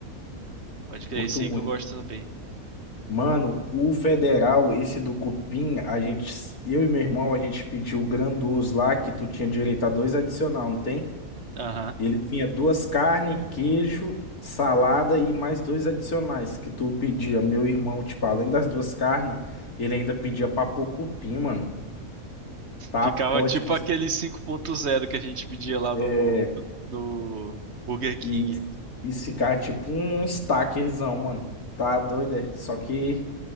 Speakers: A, on the right (about 50°); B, on the left (about 80°).
A: Pode crer,
B: Curto
A: esse aí
B: muito.
A: que eu gosto também.
B: Mano, o federal, esse do cupim, a gente, eu e meu irmão, a gente pediu o grandioso lá que tu tinha direito a dois adicional, não tem?
A: Aham.
B: Ele tinha duas carnes, queijo, salada e mais dois adicionais que tu pedia. Meu irmão, tipo, além das duas carnes, ele ainda pedia pra pôr cupim, mano. Tá,
A: Ficava
B: pô,
A: tipo
B: tipo,
A: aquele cinco ponto zero que a gente pedia lá
B: é,
A: no, no Burger King.
B: e, e ficar tipo um stackerzão, mano. Tá doido, é? Só que